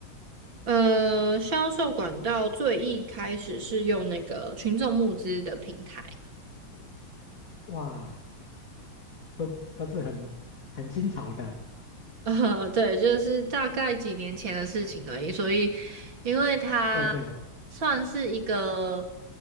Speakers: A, on the right; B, on the left.
A: 呃，销售管道最一开始是用那个群众募资的平台，
B: 哇，都是都是很很新潮的，
A: <laughs> 呃，对，就是大概几年前的事情而已。所以，因为它
B: 对对，
A: 算是一个